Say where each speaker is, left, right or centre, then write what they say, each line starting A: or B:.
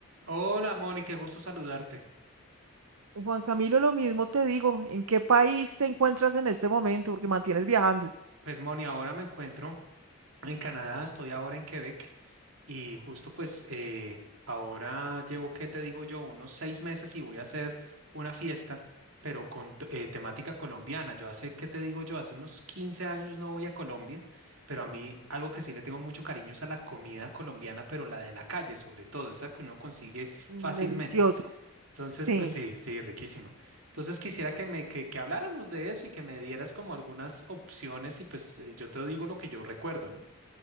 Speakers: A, on the right; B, on the right.
A: Hola Moni, qué gusto saludarte.
B: Juan Camilo, lo mismo te digo, ¿en qué país te encuentras en este momento? Porque mantienes viajando.
A: Pues Moni, ahora me encuentro en Canadá, estoy ahora en Quebec y justo pues eh, ahora llevo, ¿qué te digo yo? Unos seis meses y voy a hacer una fiesta, pero con t- eh, temática colombiana. Yo hace, ¿qué te digo yo? Hace unos 15 años no voy a Colombia, pero a mí algo que sí le tengo mucho cariño es a la comida colombiana, pero la de la calle sobre todo, esa que uno consigue
B: Mm,
A: fácilmente.
B: Deliciosa.
A: Entonces,
B: Sí,
A: pues sí, sí, riquísima. Entonces quisiera que me que, que habláramos de eso y que me dieras como algunas opciones y pues eh, yo te digo lo que yo recuerdo, ¿no?